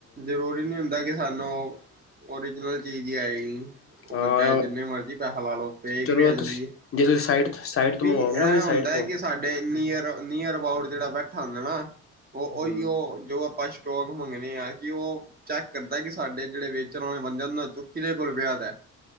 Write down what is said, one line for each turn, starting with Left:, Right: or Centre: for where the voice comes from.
Right: ਜ਼ਰੂਰੀ ਨੀ ਹੁੰਦਾ ਕਿ ਸਾਨੂੰ, ਓਰੀਜਨਲ ਚੀਜ਼ ਹੀ ਆਏਗੀ ਉਹ
Left: ਹਾਂ
Right: ਚਾਹੇ ਜਿੰਨੇ ਮਰਜੀ ਪੈਸਾ ਲਾ ਲੋ, ਫੇਕ
Left: ਚਲੋ
Right: ਵੀ ਆ ਜਾਂਦੀ
Left: ਤੁਸੀਂ
Right: ਹੈ,
Left: ਜੇ ਤੁਸੀਂ ਸਾਈਟ ਸਾਈਟ
Right: ਕਿਉਂਕਿ
Left: ਤੋਂ ਮੰਗਵਾਓਗੇ
Right: ਇਹ
Left: ਨਾ ਆਪਣੀ ਸਾਈਟ
Right: ਹੁੰਦਾ
Left: ਤੋਂ
Right: ਕਿ ਸਾਡੇ ਨੀਅਰ, ਨੀਅਰ ਅਬਾਊਟ ਜਿਹੜਾ ਬੈਠਾ ਹੁੰਦਾ ਨਾ, ਉਹ
Left: ਹੂੰ।
Right: ਉਹੀ ਓ ਜੋ ਪੇਸ਼ ਸਟੋਕ ਮੰਗਣੇ ਆ, ਕਿ ਉਹ ਚੈੱਕ ਕਰਦਾ ਕਿ ਸਾਡੇ ਜਿਹੜੇ ਵੇਚਣ ਵਾਲੇ ਬੰਦੇ, ਉਹ ਚੁ ਕਿਹਦੇ ਕੋਲ ਵਿਆਹਦ ਹੈ